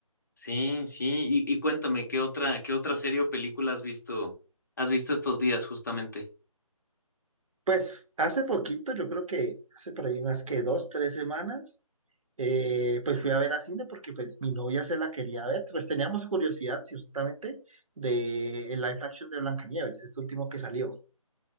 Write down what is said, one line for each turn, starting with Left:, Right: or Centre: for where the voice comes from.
Left: Sí, sí. Y, y cuéntame, ¿qué otra, qué otra serie o película has visto, has visto estos días justamente?
Right: Pues hace poquito, yo creo que hace por ahí unas que dos, tres semanas, eh, pues fui a ver a cine porque pues mi novia se la quería ver, pues teníamos curiosidad ciertamente de el live action de Blancanieves, este último que salió.